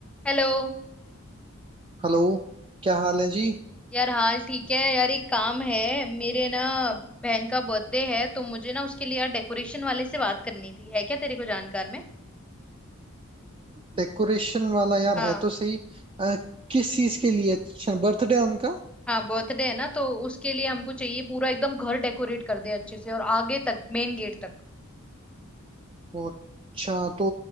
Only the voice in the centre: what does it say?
Hello
यार हाल ठीक है यार एक काम है मेरे ना बहन का बर्थडे है तो मुझे ना उसके लिए यार डेकोरेशन वाले से बात करनी थी है क्या तेरे को जानकार में
हाँ
हाँ बर्थडे है ना तो उसके लिए हमको चाहिए पूरा एकदम घर डेकोरेट कर दे अच्छे से और आगे तक मेन गेट तक